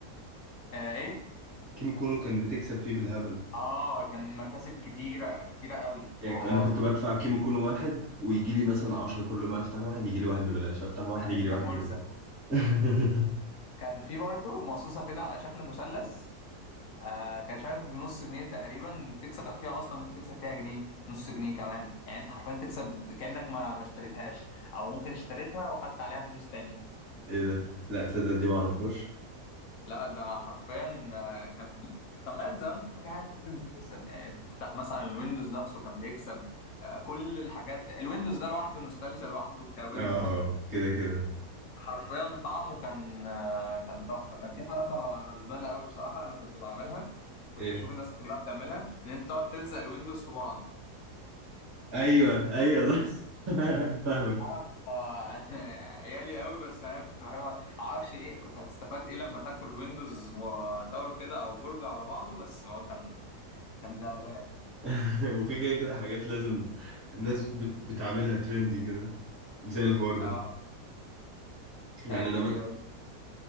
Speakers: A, on the left; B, on the right.
A: آه ايه
B: الكيمو كونو كان بتكسب فيه بالهبل
A: اه كان مكاسب كتيره كتيره قوي
B: يعني
A: وهو
B: انا كنت
A: اصلا
B: آه. بدفع كيمو كونو واحد ويجي لي مثلا 10 كل ما افتح واحد يجي لي واحد ببلاش افتح واحد
A: آه،
B: يجي
A: انت
B: لي واحد
A: مرزق
B: ببلاش <laughs>
A: كان في برضه مصاصه كده على شكل مثلث آه كان مش عارف بنص جنيه تقريبا تكسب فيها اصلا ممكن تكسب فيها جنيه نص جنيه كمان يعني انت حرفيا تكسب كأنك ما ما اشتريتهاش او ممكن اشتريتها وخدت عليها فلوس تاني
B: ايه ده لا تصدق دي ما اعرفهاش
A: لا ده حرفيا آه، كان في <laughs> زمان زمان كان في حاجات كتير بتكسب يعني تفتح مثلا الويندوز نفسه كان بيكسب آه كل الحاجات الويندوز ده لوحده نوستالجيا لوحده كويندوز
B: اه كده كده
A: حرفيا طعمه كان آه، كان تحفه كان في حركه زباله قوي بصراحه انا كنت بعملها كنت
B: ايه
A: بشوف الناس كلها بتعملها ان انت تقعد تلزق الويندوز في بعض
B: ايوه ايوه بس <laughs> فاهمك
A: عرف آه، <laughs> عيالي قوي بس انا كنت بحب اعرفش ايه كنت هتستفاد ايه لما تاكل ويندوز وتاور كده او برج على بعضه بس هو كان كان جمالان
B: <laughs> وفي كده كده حاجات لازم الناس بت... بتعملها ترندي كده زي الحوار ده
A: اه
B: يعني
A: ايوه
B: انا م...
A: ايوه